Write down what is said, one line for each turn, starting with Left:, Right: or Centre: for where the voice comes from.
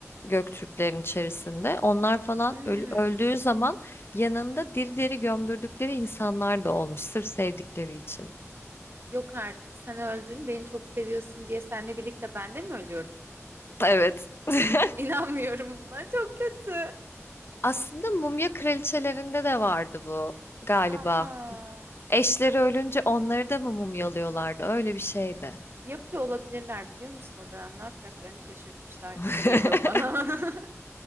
Left: Göktürklerin içerisinde. Onlar falan
Right: Hmm.
Left: öl- öldüğü zaman yanında diri diri gömdürdükleri insanlar da olmuş sırf sevdikleri için.
Right: Yok artık. Sen öldün. Beni çok seviyorsun diye seninle birlikte ben de mi ölüyorum?
Left: Evet. <laughs>
Right: İnanmıyorum buna. Çok kötü.
Left: Aslında Mumya Kraliçelerinde de vardı bu galiba.
Right: <laughs> Aa.
Left: Eşleri ölünce onları da mı mumyalıyorlardı? Öyle bir şeydi.
Right: Yapıyor olabilirler biliyor musun o dönem ne yapacaklarını şaşırmışlar
Left: <laughs>
Right: gibi geliyor bana. <laughs>